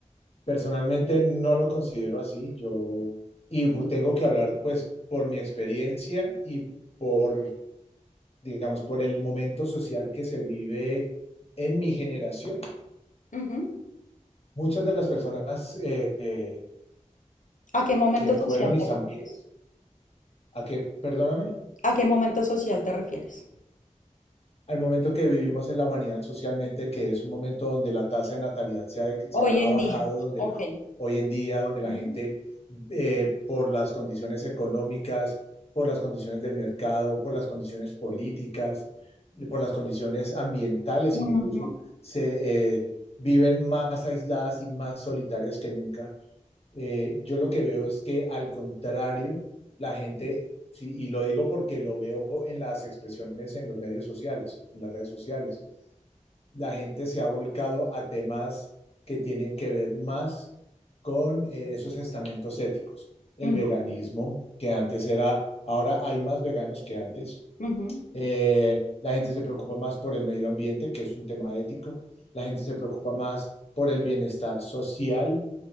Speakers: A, on the left; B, on the left.
A: personalmente no lo considero así. Yo, y bu- tengo que hablar pues por mi experiencia y por, digamos, por el momento social que se vive en mi generación.
B: Ujú.
A: Muchas de las personas eh, eh,
B: ¿A qué momento
A: que fueron
B: social
A: mis
B: te
A: amigos,
B: refieres?
A: ¿a qué? Perdóname.
B: ¿A qué momento social te refieres?
A: al momento que vivimos en la humanidad socialmente, que es un momento donde la tasa de natalidad se ha,
B: Hoy
A: se ha- ha
B: en
A: bajado,
B: día.
A: donde
B: Ok.
A: la, hoy en día, donde la
B: Ujú,
A: gente, eh, por las condiciones económicas, por las condiciones del mercado, por las condiciones políticas, por las condiciones ambientales
B: ujú,
A: incluso, se eh, viven más aisladas y más solitarias que nunca. Eh, yo lo que veo es que al contrario, la gente, sí, y lo digo porque lo veo en las expresiones en los medios sociales, en las redes sociales, la gente se ha volcado a temas que tienen que ver más con eh, esos estamentos éticos. El
B: ujú,
A: veganismo, que antes era, ahora hay más veganos que antes.
B: ujú,
A: Eh, la gente se preocupa más por el medio ambiente, que es un tema ético. La gente se preocupa más por el bienestar social,